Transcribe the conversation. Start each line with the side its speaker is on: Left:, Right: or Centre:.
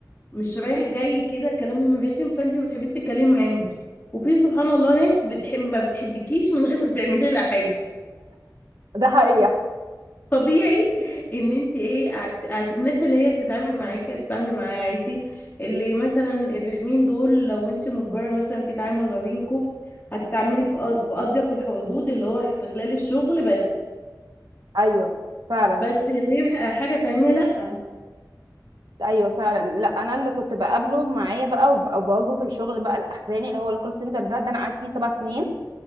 Left: مش رايح جاي كده كلامهم رخم فانت ما بتحبيش تتكلمي معاهم وفي سبحان الله ناس بتحب ما بتحبكيش من غير ما تعملي لها حاجه
Right: ده حقيقي
Left: فطبيعي <laughs> ان انت ايه عت... عت... الناس اللي هي بتتعامل معاكي هتتعاملي معاها عادي اللي مثلا الرخمين دول لو انت مجبره مثلا في تعامل ما بينكم هتتعاملي في أ- في اضيق الحدود اللي هو في خلال الشغل بس
Right: ايوه فعلا
Left: بس دي ح- حاجة تانية لأ
Right: ايوه فعلا لا انا اللي كنت بقابله معايا بقى وب- وبواجهه في الشغل بقى الاخراني اللي هو الكول سنتر ده ده انا قعدت فيه سبع سنين